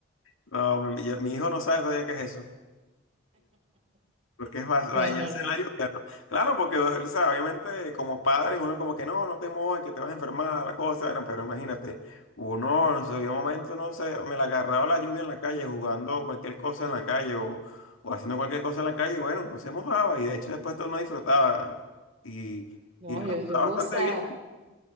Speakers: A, on the left (about 75°); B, on the right (about 30°).
A: no, mi, yo- mi hijo no sabe todavía qué es eso. Porque es ba- bañarse
B: No, no, no,
A: en la lluvia, ¿no? Claro, porque, o sea, obviamente como padres uno como que no, no te mojes, que te vas a enfermar, la cosa, bueno, pero imagínate, uno en su debido momento, no sé, me la agarraba la lluvia en la calle jugando cualquier cosa en la calle o, o haciendo cualquier cosa en la calle y bueno, no se mojaba y de hecho después todo uno disfrutaba y,
B: no,
A: y la
B: yo,
A: pasaba
B: yo gozaba,
A: bastante bien.